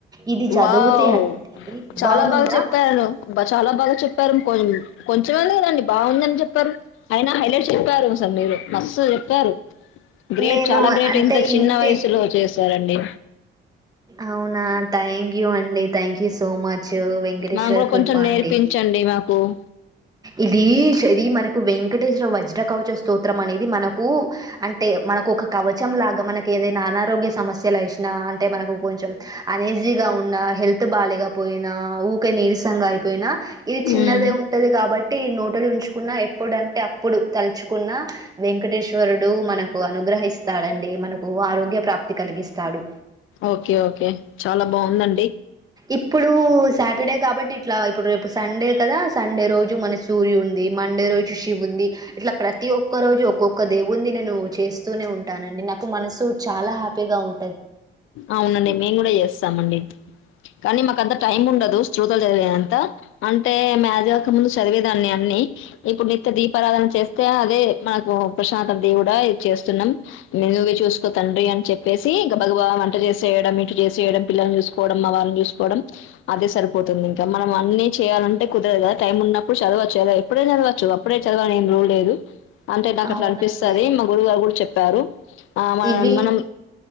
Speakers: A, on the right; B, on the left.
A: ఇది చదువుతే
B: వావ్
A: అండి
B: చాలా
A: బాగుందా
B: బాగా చెప్పారు అబ్బా చాలా బాగా చెప్పారు కొ కొంచెమే ఉంది కదా అండీ బాగుందని చెప్పి పరు అయిన హైలైట్ చెప్పారు అసలు మీరు మస్త్ చెప్పారు గ్రేట్
A: నేను
B: చాలా గ్రేట్
A: అంటే
B: ఇంత చిన్న
A: ఇంతే
B: వయసులో చేస్ చ్చరండి
A: అవునా థాంక్యూ అండి థ్యాంక్ యూ సో మచ్ వెంకటేశ్వర
B: మాకు కూడా
A: కృప
B: కొంచెం నేర్పించండి
A: అండి
B: మాకు ఓ
A: ఇది చది మన కు వెంకటేశ్వరం వజ్రకవచ స్తోత్రం అనేది మనకు అంటే మనకు ఒక కవచం లాగా మనకు ఏదైనా అనారోగ్య సమస్యలు వచ్చిన అంటే మనకు కొంచెం అనేజీగా ఉన్నా హెల్త్ బాలేక పోయినా ఊకె నీరసంగా అయిపోయినా ఇది చిన్నదే
B: ఉమ్
A: ఉ కాబట్టి నోటలు ఉంచుకున్నా ఎప్పుడు అంటే అప్పుడు తలుచుకున్నా వెంకటేశ్వరుడు మనకు అనుగ్రహిస్తాడు డే మనకు ఆరోగ్య ప్రాప్తి కలిగిస్తాడు
B: ఓకే ఓకే చాలా బాగుంది అం
A: ఇప్పుడు సాటర్డే కాబట్టి ఇట్లా ఇప్పుడు రేపు సండే కదా సండే రోజు మనసు సూర్యునిది మండే రోజు శి ఇవి ఉంది ఇట్లా ప్రతి ఒ ఒక్క రోజు ఒక్కొక్క దేవున్ని నేను చేస్తూనే ఉంటానండి నాకు మనసు చాలా హ్యాపీగా ఉం
B: అవును అండీ మేము కూడా చేస్తామండి కానీ మాకు అంత టైమ్ ఉండదు చూతలు చదివే అంతా అం అంటే మేజవక ముందు చదివేదాన్ని అన్ని ఇప్పుడు నిత్య దీపారాధన చేస్తే అదే మనకు ప్రశాంత దేవుడా ఇది చేస్తున్నాం మెనుగా చూసుకో తండ్రి అని చెప్పేసి ఇంకా భగవా వంట చేసేయడం ఇటు చేసేయడం పిల్లల్ని చూసుకోవడం మా వాళ్ళని చూసుకోవడం అదే సరిపోతుంది ఇంకా మనం అన్ని చేయాలంటే కుదరదు కదా టైం ఉన్నప్పుడు చదవచ్చు కాద ఇప్పుడే చదవచ్చు అప్పుడే చదవాలని ఏం రూల్ లేదు అంటే నాకు
A: అవునండి
B: అట్లా అనిపిస్తది మా గురువు గారు కూడా చెప్పారు ఆ మనం
A: ఇవి
B: మనం